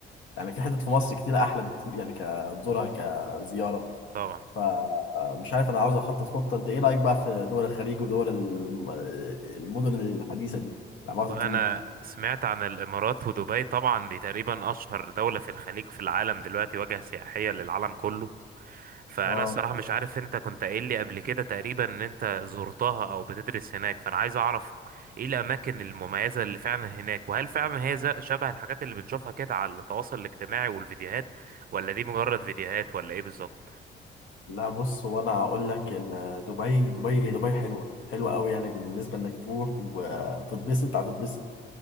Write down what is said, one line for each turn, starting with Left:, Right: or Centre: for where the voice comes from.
Left: يعني في حتت في مصر كتيره احلى بكتير يعني كزورها كزياره
Right: طبعا
Left: فمش عارف انا عاوز اخطط خطه انت ايه رايك بقى في دول الخليج ودول الم- المدن الحديثه دي العمارات
Right: والله
Left: الطويله
Right: انا سمعت عن الامارات ودبي طبعا دي تقريبا اشهر دولة في الخليج في العالم دلوقتي وجهة سياحية للعالم كله فانا
Left: اه
Right: الصراحة مش عارف انت كنت قايل لي قبل كده تقريبا ان انت زرتها او بتدرس هناك فانا عايز اعرف ايه الاماكن المميزة اللي فعلا هناك وهل فعلا هي ز- شبه الحاجات اللي بنشوفها كده على التواصل الاجتماعي والفيديوهات ولا دي مجرد فيديوهات ولا ايه بالظبط
Left: لا بص هو انا هقول لك ان دبي دبي دبي حلوه حلوه قوي يعني بالنسبه انك تروح وتتبسط هتتبسط